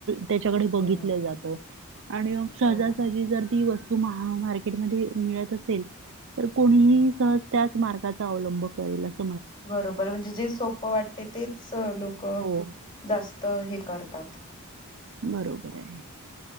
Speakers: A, on the right; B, on the left.
A: त्याच्याकडे बघित
B: हम्म
A: जात आणि सजासजी
B: हो.
A: जर ती वस्तू महा मार्केटमध्ये मिळत असेल. तर कोणीही सहज त्याच मार्गाचा अवलंब करेल अस.
B: बरोबर म्हणजे जे सोप वाटते तेच लोक
A: हो
B: जास्त त हे करतात.
A: बरोबर आहे.